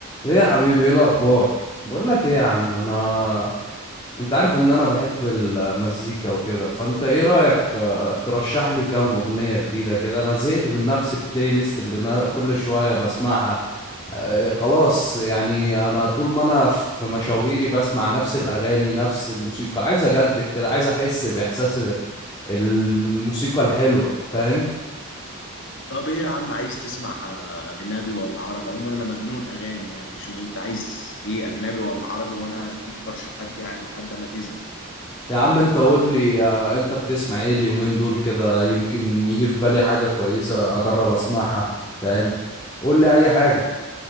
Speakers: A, on the left; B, on the left.
A: ايه يا حبيبي ايه الاخبار بقول لك ايه يا عم انا انت عارف ان انا بحب المزيكا وكده فانت ايه رايك آه، ترشح لي كام اغنيه جديده كده انا زهقت من نفس البلاي ليست اللي انا كل شويه بسمعها آه، خلاص يعني انا طول ما انا في مشاويري بسمع نفس الاغاني نفس الموسيقى عايز اجدد كده عايز احس باحساس الموسيقى الحلوه فاهم
B: طب ايه يا عم عايز تسمع آه، اجنبي ولا عربي عموما انا مجنون اغاني يعني شوف انت عايز ايه اجنبي ولا عربي وانا اديك ترشيحات يعني لحد ما تزهق
A: يا عم انت قول لي آه، انت بتسمع ايه اليومين دول كده يمكن يجي في بالي حاجة كويسة اجرب اسمعها فاهم قول لي اي حاجة